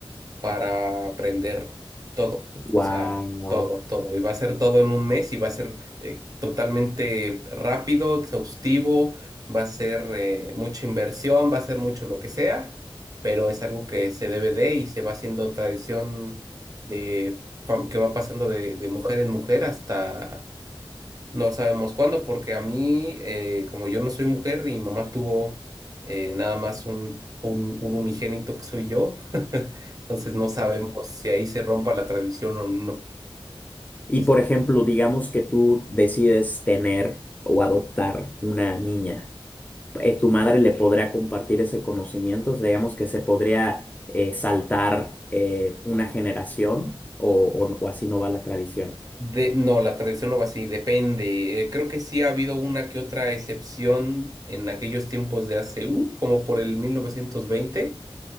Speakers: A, on the right; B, on the left.
A: para aprender todo,
B: Wow.
A: o sea, todo, todo. Y va a ser todo en un mes y va a ser eh, totalmente rápido, exhaustivo, va a ser eh, mucha inversión, va a ser mucho lo que sea, pero es algo que se debe de y se va haciendo tradición de fam- que va pasando de, de mujer en mujer hasta no sabemos cuándo, porque a mí, eh, como yo no soy mujer y mi mamá tuvo eh, nada más un, un, un unigénito que soy yo, <laughs> entonces no sabemos si ahí se rompa la tradición o no.
B: Y
A: Es-
B: por ejemplo, digamos que tú decides tener o adoptar una niña. eh, tu madre le podrá compartir ese conocimiento, O sea, digamos que se podría eh, saltar eh, una generación o, o- o así no va la tradición.
A: De, no, la tradición no va así, depende. Eh, creo que sí ha habido una que otra excepción en aquellos tiempos de A C u como por el 1920